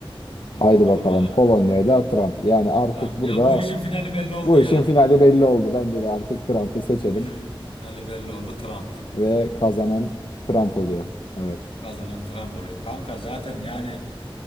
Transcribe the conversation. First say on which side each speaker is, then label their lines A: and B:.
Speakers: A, on the left (about 85°); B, on the left (about 60°).
A: Dur
B: Haydi
A: bakalım
B: bakalım
A: ha.
B: Polonya ile Trump. Yani artık
A: Trump.
B: burada
A: Ya bu işin finali belli oldu
B: Bu
A: ya.
B: işin finali belli oldu. Bence de artık Trump'ı seçelim
A: Bu işin finali belli oldu Trump.
B: ve kazanan Trump oluyor. Evet.
A: Kazanan Trump oluyor. Kanka zaten yani